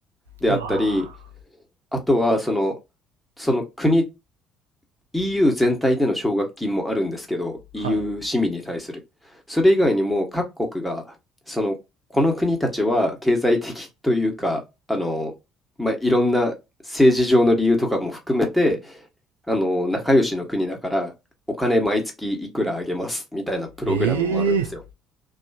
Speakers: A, in the centre; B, on the right (about 85°).
A: であったり、
B: うわ
A: あとは、その、その国、EU 全体での奨学金もあるんですけど、EU
B: ぁ。はい。
A: 市民に対する。それ以外にも各国が、その、この国たちは経済的というか、あの、まあ、いろんな政治上の理由とかも含めて、あの、仲良しの国だから、お金毎月いくらあげますみたいなプログラムもあるんですよ。
B: ええ